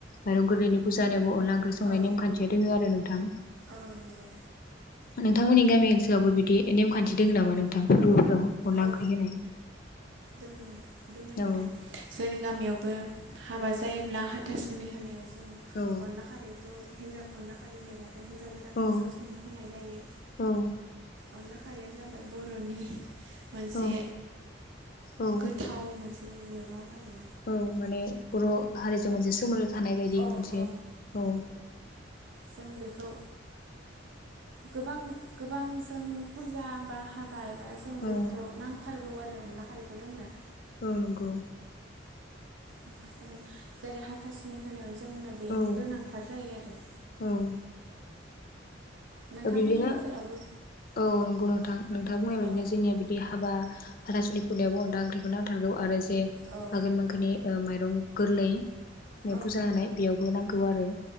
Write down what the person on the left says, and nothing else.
माइरं गोरलैनि फुजा होनाय ब अनला ओंख्रि संनाय
नेमखान्थिया दोङो आरो नोंथां।
नोंथांमोननि गामि ओनसोलावबो बिदि नेम खान्थि दोङो नामा नोंथां फोर्बोफोर राव' अनला
ओंख्रि होनाय।
औ
औ
औ
औ
औ औ
औ माने बर' हारिजों मोनसे सोमोन्दो थानाय बायदि
मोनसे
औ
औ
औ नोंगौ।
औ
औ
बिब्दिनो
औ नोंगौ नोंथां नोंथाङा बुंनाय बायदिनो
जोंनिया बिदि हाबा हाथासुनि खुरनायावबो अनदा ओं ख्रिखौ नांथारगौ आरो जे
आगोन मांखोनि ओ माइरं गोरलै ने
फुजा होनाय बेयावबो नांगौ आरो